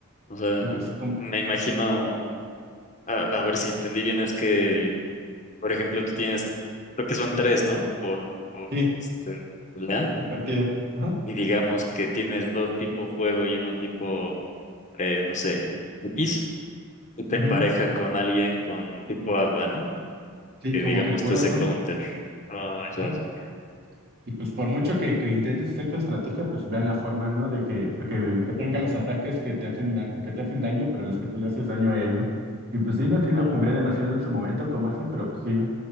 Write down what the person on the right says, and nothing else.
ya por eso como,
sí,
por partida. Ajá,
ujú,
sí,
como
que puros,
¿no?
Ajá,
Y pues por mucho que, que intentes hacer tu estrategia, pues vean la forma, ¿no? De que, porque que tenga los ataques que te hacen da- que te hacen daño, pero los que tú le haces daño a él, ¿no? Y pues sí, no, sí lo
jugué demasiado en su momento, como hace, pero pues sí, ¿no?